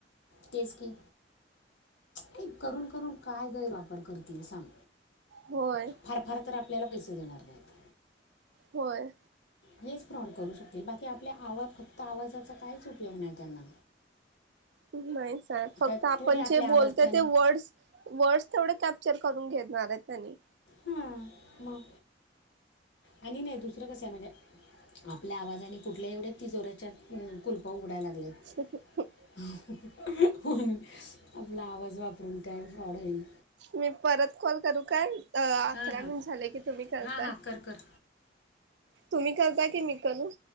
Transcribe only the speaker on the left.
तेज की हे करून करून काय गैरवापर करतील सांग
फार फार तर आपल्याला पैसे देणार नाहीत
हेच फ्रॉड करू शकतील बाकी आपल्या आवाज फक्त आवाजाचा काहीच उपयोग नाही त्यांना
काय
थोडी आपल्या
आवाजाने
हा मग आणि नाही दुसरं कसं आहे म्हणजे आपल्या आवाजाने कुठल्या एवढ्याच तिजोऱ्याच्या कुलप उघडायला लागल्यात
प आपला आवाज वापरून काय फ्रॉड होईल
हां हां
हां हां कर कर